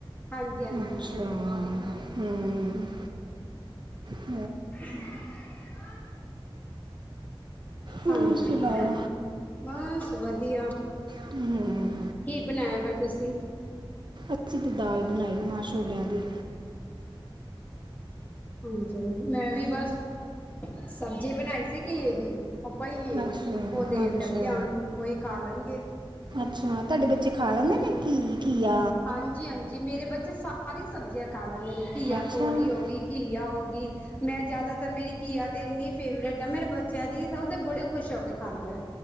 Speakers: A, on the left (about 20°); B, on the right (about 55°).
A: ਹਾਂਜੀ ਹਾਂਜੀ
B: ਅੱਛਾ, ਹੰ <unintelligible>
A: <unintelligible>
B: ਹੋਰ
A: ਹਾਂਜੀ,
B: ਸੁਣਾਓ
A: ਹਾਂਜੀ। ਬਸ ਵਧੀਆ
B: ਹੂੰ
A: ਕੀ ਬਨਾਇਆ ਫੇਰ ਤੁਸੀਂ।
B: ਅਸੀ ਤੇ ਦਾਲ ਬਨਾਈ ਮਾਂ ਛੋਲਿਆਂ ਦੀ।
A: ਹਾਂਜੀ ਹਾਂਜ ਮੈਂ ਵੀ ਬਸ ਸਬਜ਼ੀ ਬਨਾਈ। <unintelligible> ਉਹ ਪਈਏ,
B: ਅੱਛਾ
A: ਉਹਦੇ
B: ਅੱਛਾ
A: ਲੱਗਆਂ ਹੁਨ ਉਹੀ ਖਾ ਲੈਨਗੇ।
B: ਅੱਛਾ, ਤੁਹਾਡੇ ਬੱਚੇ ਖਾ ਲੈਂਦੇ ਨੇ ਕੀ ਘੀਆ
A: ਹਾਂਜੀ, ਹਾਂਜੀ। ਮੇਰੇ ਬੱਚੇ ਸਾਰੀ ਸਬਜ਼ੀਆਂ ਖਾ ਲੈਂਦੇ ਨੇ, ਘੀਆ
B: ਅੱਛਾ
A: ਤੋਰੀ
B: ਹੂੰ
A: ਹੋ ਗਈ, ਘੀਆ ਹੋ ਗਈ, ਮੈਂ ਜ਼ਿਆਦਾਤਰ ਮੇਰੀ ਘੀਆ ਤੇ ਇੰਨੀ ਫੇਵਰੇਟ ਐ। ਮੇਰੇ ਬੱਚੇ <unintelligible> ਉਹ ਤੇ ਬੜੇ ਖੁਸ਼ ਹੋ ਕੇ ਖਾਂਦਾ ਐ।